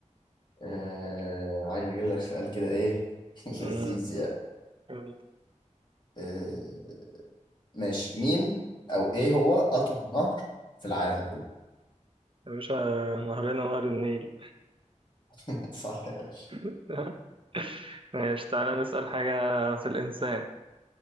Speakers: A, on the left (about 35°); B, on the right (about 40°).
A: آه... عايز اجيب لك سؤال كده ايه <laughs> لذيذ
B: امم
A: يعني
B: امم
A: آه... ماشي مين او ايه هو اطول نهر في العالم كله
B: يا باشا نهرنا نهر النيل
A: <laughs> صح يا باشا
B: <laughs> ماشي تعالى نسأل حاجة في الإنسان